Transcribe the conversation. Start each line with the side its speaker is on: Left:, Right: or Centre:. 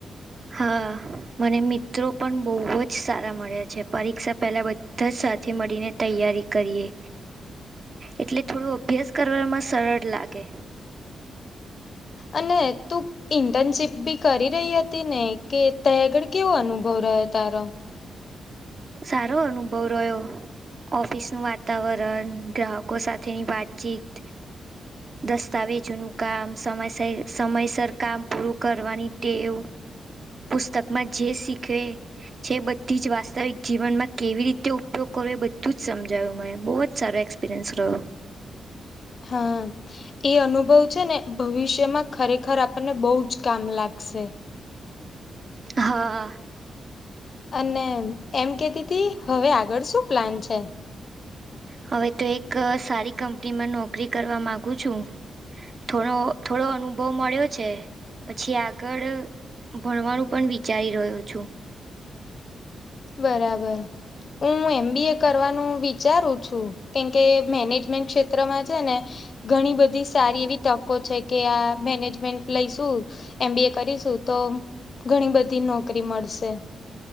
Right: હા મને મિત્રો પણ બહુ જ સારા મળ્યા છે પરીક્ષા પહેલાં. સાથે મળીને તૈયારી કરીએ. એટલે થોડું અભ્યાસ કરવામાં સરળ લાગે.
Left: અને તું. ઇન્ટર્નશીપ બી કરી રહી હતી ને કે તેં આગળ કેવો અનુભવ રહ્યો તારો.
Right: સારો અનુભવ રહ્યો. ઓફિસ નું વાતાવરણ ગ્રાહકો સાથેની વાતચીત. દસ્તાવેજોનુંું કામ સમય સમયસર કામ પૂરું કરવાની તે એવું. પુસ્તકમાં જે શીખવે જે બધી જ વાસ્. વાસ્તવિક જીવનમાં કેવી રીતે ઉપયોગ કરવો એ બધું જ સમજાય્યું મને બહુ જ સારો એક્સપિરિયન્સ રહ્યો.
Left: હા. એ અનુભવ છે ને ભવિષ્યમાં ખરેખર આપણને બહુ જ કામ લાગશે
Right: હા
Left: અને એમ કેતીી હતી હવે આગળ શું પ્લાન છે
Right: હવે તો એક સારી કંપનીમાં નોકરી કરવા માગુ છું થોડો થોડો અનુભવ મળ્યો છે પછી આગળ ભણવાનું પણ વિચારી રહ્યો છું
Left: બરાબર હું એમ બી એ કરવાનું વિચારું છું કેમકે મેનેજમેન્ટ ક્ષેત્રમાં છે ને ઘણી બધી સારી એવી તકો છે કે આ મેનેજમેન્ટ લઈશું એમ બી એ કરીશું તો ઘણી બધી નોકરી મળશે